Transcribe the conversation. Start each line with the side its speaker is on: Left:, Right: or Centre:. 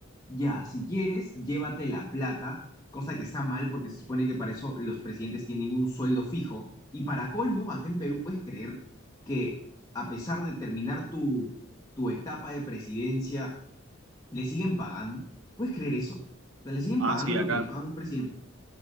Left: ya, si quieres, llévate la plata, cosa que está mal porque se supone que para eso los presidentes tienen un sueldo fijo. Y para colmo, acá en Perú puedes creer que a pesar de terminar tu, tu etapa de presidencia, le siguen pagando. ¿Puedes creer eso? O sea, le siguen
Right: Ah,
Left: pagando
Right: sí, acá
Left: lo que le pagan a un presidente.